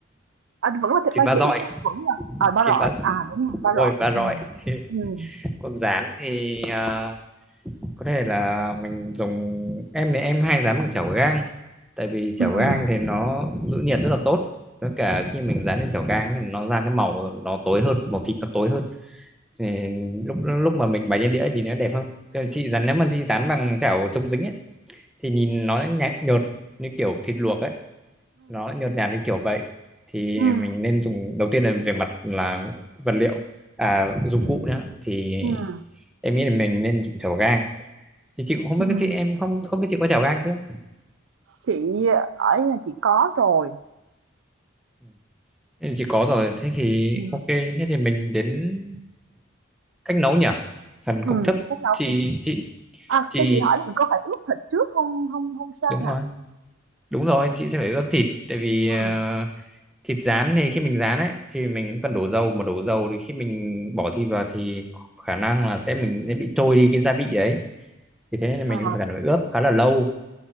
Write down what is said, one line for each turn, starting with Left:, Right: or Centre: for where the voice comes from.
Right: À, vẫn là thịt ba
Centre: Thịt ba
Right: chỉ
Centre: rọi,
Right: Sang, vẫn là à, ba rọi,
Centre: thịt ba
Right: à, đúng rồi, ba
Centre: đúng
Right: rọi,
Centre: rồi, ba
Right: ừ
Centre: rọi. <laughs>
Right: ừ
Centre: Còn rán thì à, có thể là mình dùng em thì em hay rán bằng chảo gang tại vì chảo
Right: ừ ừ
Centre: gang thì nó giữ nhiệt rất là tốt với cả khi mình dán lên chảo gang thì nó ra cái màu nó tối hơn màu thịt nó tối hơn thì lúc lúc mà mình bày lên đĩa thì nó đẹp hơn Còn chị dán nếu mà chị dán bằng chảo chống dính ấy thì nhìn nó nhạt, nhợt như kiểu thịt luộc ấy nó nhợt nhạt như kiểu vậy thì
Right: ừm,
Centre: mình nên dùng đầu tiên là về mặt là vật liệu à dụng
Right: ừm,
Centre: cụ nhá thì
Right: ừm,
Centre: em nghĩ là mình nên dùng chảo gang thì chị cũng không
Right: ừm.
Centre: biết chị em không không biết chị có chảo gang chưa
Right: Chị ở nhà chị có rồi.
Centre: Ừ. Ừ, chị có rồi thế thì
Right: ừ
Centre: ok thế thì mình đến cách nấu nhỉ phần
Right: ừm.
Centre: công thức
Right: Chị cách nấu
Centre: chị chị
Right: À,
Centre: chị
Right: cho chị hỏi là mình có phải ướp thịt trước không không không sang
Centre: đúng
Right: hả?
Centre: rồi đúng rồi chị sẽ phải ướp thịt tại vì
Right: ừ
Centre: ờ, thịt rán thì khi mình rán ấy thì mình cần đổ dầu mà đổ dầu thì khi mình bỏ thịt vào thì khả năng là sẽ mình sẽ bị trôi đi cái gia vị đấy thì thế nên
Right: Ờ,
Centre: mình cũng phải cần phải ướp khá là lâu